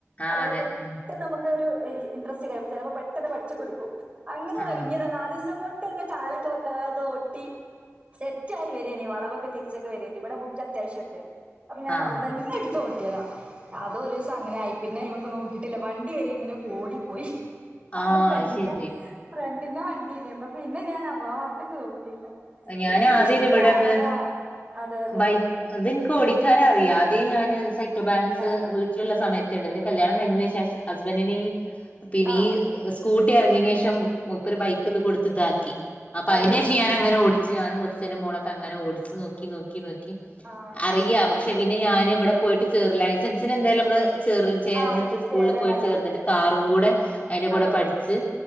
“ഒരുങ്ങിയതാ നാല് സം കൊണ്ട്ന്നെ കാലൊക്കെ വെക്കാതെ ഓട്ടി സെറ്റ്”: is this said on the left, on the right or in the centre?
Right